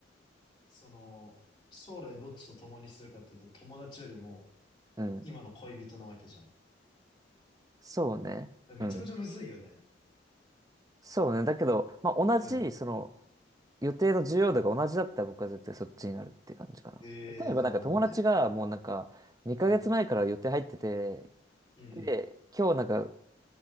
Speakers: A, on the left (about 25°); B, on the right (about 20°).
A: その、将来どっちと共にするかっていうと、友達よりも
B: うん。
A: 今の恋人なわけじゃん。
B: そうね。
A: めちゃめちゃむずいよね。
B: うん。そうね。だけど、まあ同じ、
A: うん。
B: その、予定の重要度が同じだったら僕は絶対そっちになるって感じかな。
A: ええー、
B: 例えばなんか友達がもうなんか、
A: なるほどね。
B: 2ヶ月前から予定入ってて、
A: うん。うん、
B: で、
A: うん。
B: 今日なんか